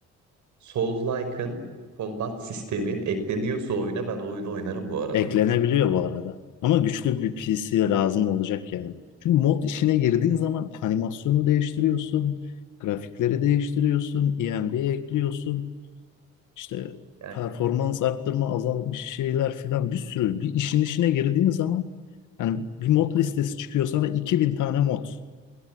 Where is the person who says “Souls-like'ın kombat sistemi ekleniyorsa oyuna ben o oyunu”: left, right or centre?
Right